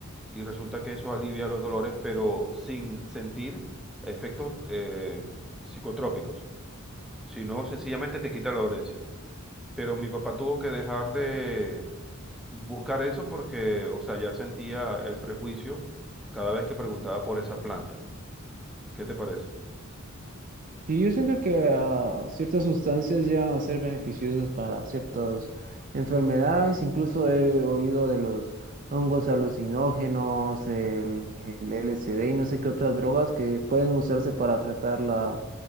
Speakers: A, in the centre; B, on the right.
A: y resulta que eso alivia los dolores, pero sin sentir efectos eh, psicotrópicos, sino sencillamente te quita la dolencia. Pero mi papá tuvo que dejar de buscar eso porque, o sea, ya sentía el prejuicio cada vez que preguntaba por esa planta. ¿Qué te parece?
B: Sí, yo siento que ah, ciertas sustancias llegan a ser beneficiosas para ciertas enfermedades. Incluso he oído de los hongos alucinógenos, el, el LSD y no sé qué otras drogas que pueden usarse para tratar la,